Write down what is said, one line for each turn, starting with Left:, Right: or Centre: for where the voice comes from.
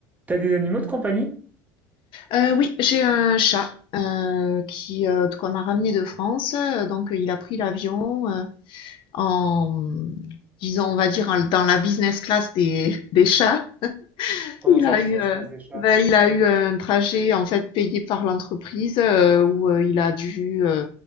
Right: T'as des animaux de compagnie?
Left: Euh, oui, j'ai un chat euh, qui euh, qu'on a ramené de France. euh, Donc, euh, il a pris l'avion euh, en, disons, on va dire, en- dans la business class des, <laughs> des chats.
Right: Comment
Left: Il
Right: ça,
Left: a
Right: business
Left: eu, euh,
Right: class des chats?
Left: ben, il a eu un trajet en fait payé par l'entreprise euh, où euh, il a dû, euh,